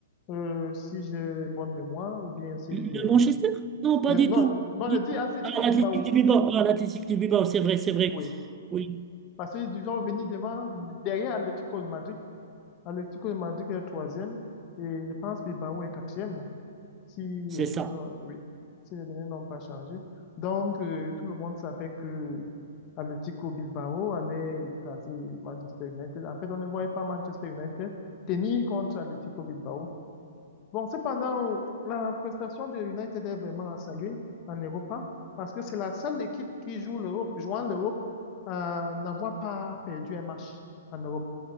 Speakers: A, on the left; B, on the right.
A: euh, si j'ai bonne mémoire, ou bien si
B: Le
A: il est...
B: Manchester? Non, pas
A: Non,
B: du
A: non,
B: tout.
A: non, je dis Atlético
B: Ah, l'Athletic
A: Bilbao,
B: de Bilbao, ah, l'Athletic de Bilbao, c'est vrai, c'est vrai.
A: oui.
B: Oui,
A: Parce qu'ils ont venir devant, derrière Atlético de Madrid. Atlético de Madrid est troisième, et je pense Bilbao est quatrième, si les
B: c'est
A: choses,
B: ça.
A: ont- oui, si les données n'ont pas changé. Donc, euh, tout le monde savait que Atlético Bilbao allait écraser Manchester United. En fait, on ne voyait pas Manchester United tenir contre Atlético Bilbao. Bon, cependant, la prestation de United est vraiment à saluer en Europa parce que c'est la seule équipe qui joue l'Europe, jouant l'Europe, à n'avoir pas perdu un match en Europe.